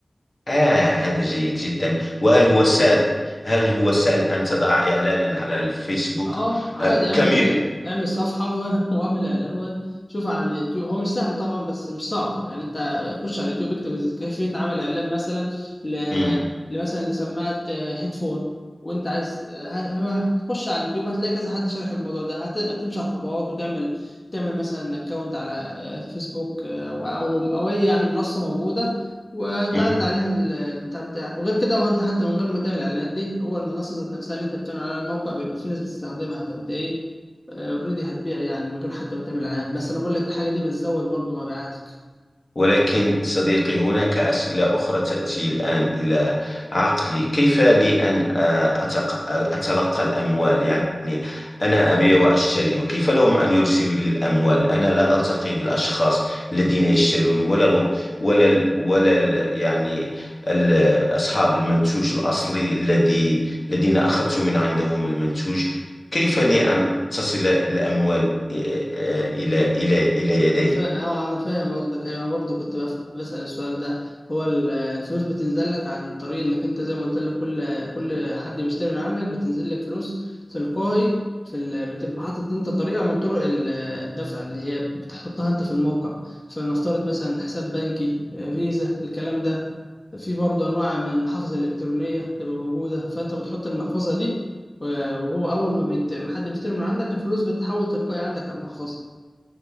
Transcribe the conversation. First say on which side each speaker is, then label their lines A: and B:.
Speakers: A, on the left; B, on the left.
A: آه هذا جيد جدا وهل
B: اي
A: هو سهل هل هو سهل أن تضع إعلانا على الفيسبوك
B: اه عادي
A: آه
B: اعمل
A: كم ي...
B: اعمل صفحة و- <laughs> واعمل اعلان وشوف على اليوتيوب هو مش سهل طبعا بس مش صعب يعني انت خش على اليوتيوب اكتب إز- كيفية عمل اعلان مثلا ل...
A: مم.
B: مثلا لسماعة آه، هيدفون وانت عايز هتخش على اليوتيوب هتلاقي كذا حد شارح الموضوع ده هت- هتمشي على الخطوات وتعمل تعمل مثلا اكونت على آه، فيسبوك آه، او او أو اي يعني منصة موجودة وتعرض
A: مهم.
B: عليها ال- البتاع بتاعك وغير كده وانت حتى من غير ما تعمل الاعلانات دي هو المنصه ذات نفسها اللي انت بتعمل على الموقع بيبقى في ناس بتستخدمها فانت ايه اوريدي هتبيع يعني من غير حتى ما تعمل اعلانات بس انا بقول لك الحاجه دي بتزود برضو مبيعاتك
A: ولكن صديقي هناك أسئلة أخرى تأتي الآن إلى عقلي كيف لي أن آه، أتق- أتلقى الأموال يعني أنا أبيع وأشتري وكيف لهم أن يرسلوا لي الأموال أنا لا ألتقي بالأشخاص الذين يشترون ولا ال ولا ال ولا ال يعني ال أصحاب المنتوج الأصلي الذي الذين أخذت من عندهم المنتوج كيف لي أن تصل الأموال آه، آه، إلى إلى إلى يدي
B: انا فا... اه انا فاهم قصدك ايوه انا برضو كنت بف... بسأل السؤال ده هو ال- الفلوس بتنزل لك عن طريق انك انت زي ما قلت لك كل كل حد بيشتري من عندك بتنزل لك فلوس تلقائي في ال... بتبقى حاطط انت طريقه من طرق ال- الدفع اللي هي بتحطها انت في الموقع فلنفترض مثلا حساب بنكي فيزا الكلام ده في برضو انواع من المحافظ الالكترونيه بتبقى موجوده فانت بتحط المحفظه دي وهو اول ما بيت... ما حد بيشتري من عندك الفلوس بتتحول تلقائي عندك على المحفظه